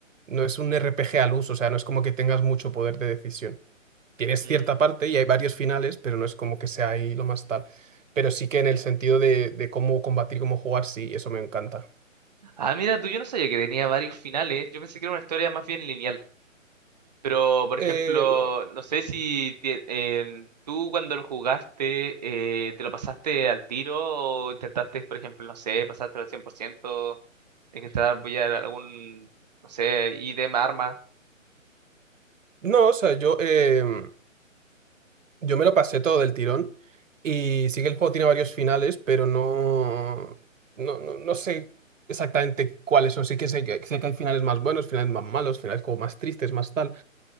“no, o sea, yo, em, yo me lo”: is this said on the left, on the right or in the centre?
Right